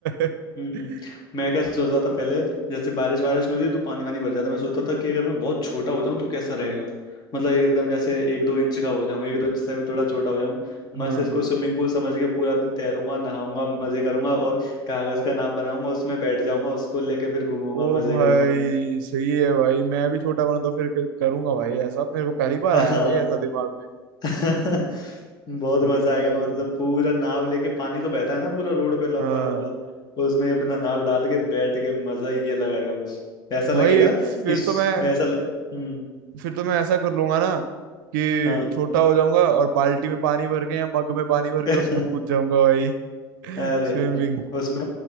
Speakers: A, on the right; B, on the left.
A: <laughs>
B: हम्म हम्म। मैं क्या सोच रहा था पहले जैसे बारिश बारिश नहीं होती तो पानी वानी भर जाता मैं सोचता था कि अगर मैं बहुत छोटा हो जाऊं तो कैसा रहेगा मतलब एकदम जैसे एक दो इंच का हो जाऊं एक दो इंच से भी थोड़ा छोटा हो जाऊं मस्त
A: हाँ
B: इसको स्विमिंग पूल समझ के पूरा दिन तैरूंगा नहाऊंगा मजे करूंगा और कागज का नाव बनाऊंगा उसमें बैठ जाऊंगा उसको लेके फिर घूमूंगा
A: ओ
B: मजे
A: भाई
B: करूंगा
A: सही है भाई मैं भी छोटा बना तो फिर क- करूंगा भाई ऐसा मेरे को पहली बार
B: <laughs>
A: आया
B: हाँ
A: भाई ऐसा दिमाग में
B: <laughs> बहुत
A: सही
B: मजा
A: है
B: आएगा
A: भाई
B: मतलब पूरा नाव लेके पानी तो बहता है ना पूरा रोड पे लंबा
A: हाँ
B: लंबा उसमें अपना नाव डाल के बैठ के मजा ही अलग आएगा कुछ ऐसा
A: भाई
B: लगेगा
A: फिर
B: कि
A: तो मैं
B: ऐसा लग... हम्म
A: फिर तो मैं ऐसा कर लूंगा ना कि
B: हाँ
A: छोटा हो जाऊंगा और बाल्टी में पानी भर के या मग में पानी भर
B: <laughs>
A: के उसमें कूद जाऊंगा भाई <laughs>
B: अरे
A: स्विमिंग
B: यार उसमें